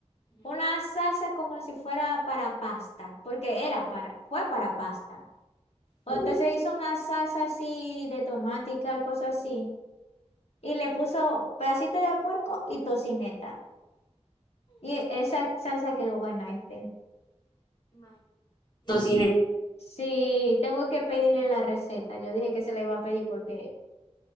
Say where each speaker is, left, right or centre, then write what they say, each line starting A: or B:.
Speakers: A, on the left; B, on the left.
A: Una salsa como si fuera para pasta, porque era para, fue para pasta. O
B: Ujú.
A: Entonces hizo una salsa así de tomate y tal cosa así. Y le puso pedacitos de puerco y tocineta. Y esa salsa quedó buena, este.
B: tu cine.
A: Sí, tengo que pedirle la receta. Yo dije que se la iba a pedir porque